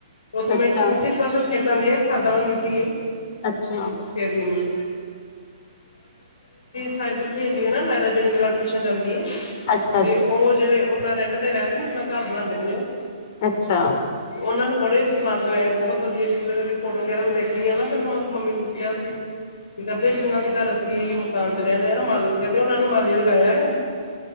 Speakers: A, on the left; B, on the left.
A: ਉਥੇ ਮੈਟੀ
B: ਅੱਛਾ,
A: <unintelligible> ਖਾਦਾਂ ਵਾਲੀ ਮਿੱਟੀ ਏ
B: ਅੱਛਾ, ਅੱਛਾ,
A: ਫੇਰ ਵੀ ਮਿ <unintelligible> ਨਾ ਮਾਇਰਾ ਜਿਹੜੀ ਮੇਰੇ ਨਾਲ ਟਿਊਸ਼ਨ ਜਾਂਦੀ ਹੈ <unintelligible>
B: ਅੱਛਾ,
A: ਤੇ ਉਹ ਆਪਣਾ ਰੈਂਿੰ ਤੇ ਰਹੇ ਨੇ ਆਪਣਾ ਘਰ ਬਣਾਉਦੇ ਵੀ ਨ ਉਹ
B: ਅੱਛਾ,
A: ਉਹਨਾਂ ਨੇ ਬੜੇ ਲੱਗ ਲਗਾਏ ਨੇ ਬਹੁਤ ਵਧੀਆ। ਫੋਟੋ ਵਗੈਰਾ ਮੈਂ ਦੇਖਣੀ ਆ ਨਾ ਫੇਿਰ ਮੈਂ ਮੰਮੀ ਨੂੰ ਪੁੱਛਿਆ ਸੀ ਵੀ ਕਦੇ ਜਿਹਨਾਂ ਦੇ ਘਰ ਅਸੀਂ ਮਕਾਨ ਚ, ਨਾ ਮਾਲੀ ਕਹਿੰਦੇ ਉਹਨਾਂ ਨੇ ਮਾਲੀ ਲਗਾਇਆ।